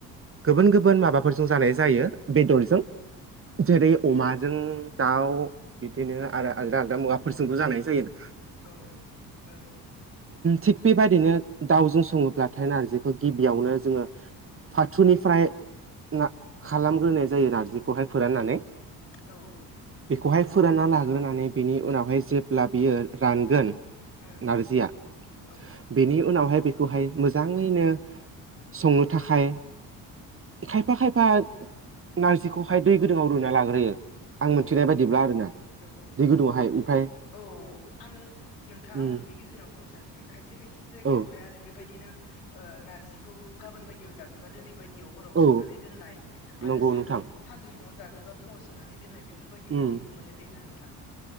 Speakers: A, on the right; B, on the left.
A: गुबुन गुबुन माबाफोरजों जानाय जायो बेदरजों जेरै अमाजों दाउ बिदिनो आरो आलदा आलदा मुवाफोरजोंबो जानाय जायो आरो
B: औ ओं
A: थिग बेबायदिनो दाउजों सङोब्लाथाय नारजिखौ गिबियावनो जोङो फाथोनिफ्राय ना खालामग्रोनाय जायो नारजिखौहाय फोराननानै
B: औ
A: बेखौहाय फोरानना लाग्रोनानै बिनि उनावहाय जेब्ला बियो रानगोन
B: ओं
A: नारजिया
B: औ ओं
A: बेनि उनावहाय बेखौहाय मोजाङैनो संनो थाखाय खायफा खायफा नारजिखौहाय दै गुदुंआव रुना लाग्रोयो आं
B: औ
A: मिथिनाय बायदिब्ला आरोना
B: औ
A: दै गुदुङावहाय
B: औ
A: ओमफ्राय
B: औ आं नोंथाङा
A: उम
B: आं बिनि गेजेरावनो बुं खायसे खायसे जायगा
A: औ
B: याव हाय आरो बेबादिनो ओ नारजिखौ औ गाबोन बायदि आव जागोन बा दिनैबायदिआव हराव
A: औ
B: सोमनानै दोननाय आरो
A: नंगौ
B: सानजौ
A: नोंथां
B: सानजौ फु फुङाव जागोन बा फुङाव सोमनानै दोननाय बेफोरबायदिखौ
A: उम
B: नुनो मोननाय जायोना नोंथां